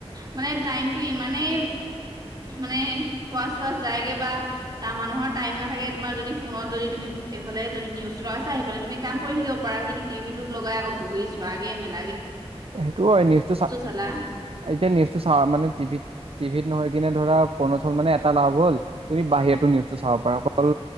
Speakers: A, on the right; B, on the right.
A: মানে টাইমতটো ইমানেই মানে ফাষ্ট-ফাষ্ট যায়গে বা তা মানুহৰ টাইম নাথাকে তোমাৰ যদি ফোনত যদি তুমি এইফালে যদি নিউজ তো লগাইছা তেন্তে তুমি কাম কৰি থাকিব পাৰা কিন্তু টিভি লগাই আকৌ বহি চোৱাগে মেলে
B: সেইটো হয় নিউজটো চা
A: চালা
B: এতিয়া নিউজটো চা মানে টিভিত টিভি ত নহয় কিনে ধৰা ফোনচল মানেটা এটা লাভ হ'ল তুমি বাহিৰতটো নিউজটো চাব পাৰা অকল